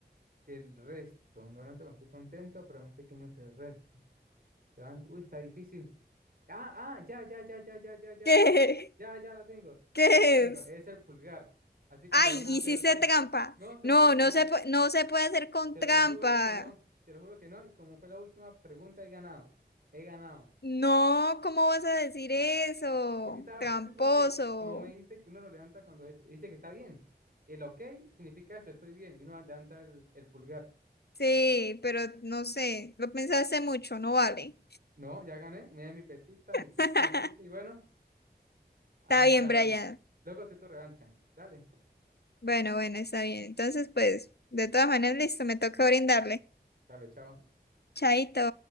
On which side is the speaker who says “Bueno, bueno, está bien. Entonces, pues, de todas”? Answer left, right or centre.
Left